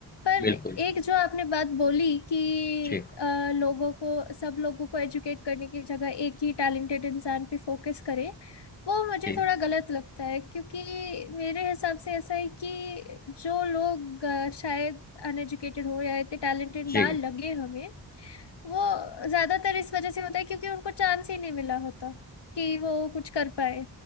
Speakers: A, on the left; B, on the left.
A: पर
B: बिल्कुल
A: एक जो आपने बात बोली कि
B: जी
A: अ, लोगों को सब लोगों को एजुकेट करने की जगह एक ही टैलेंटेड इंसान पे फोकस करें वो मुझे
B: जी
A: थोड़ा गलत लगता है क्योंकि मेरे हिसाब से ऐसा है कि जो लोग अ, शायद अनएजुकेटेड हो या इतने टैलेंटेड
B: जी
A: ना लगे हमें वो ज्यादातर इस वजह से होता है क्योंकि उनको चांस ही नहीं मिला होता कि वो कुछ कर पाए